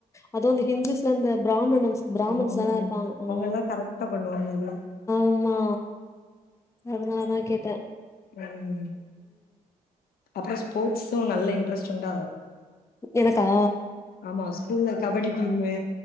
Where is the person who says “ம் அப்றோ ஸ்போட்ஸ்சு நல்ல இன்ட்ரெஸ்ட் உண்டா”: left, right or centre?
Left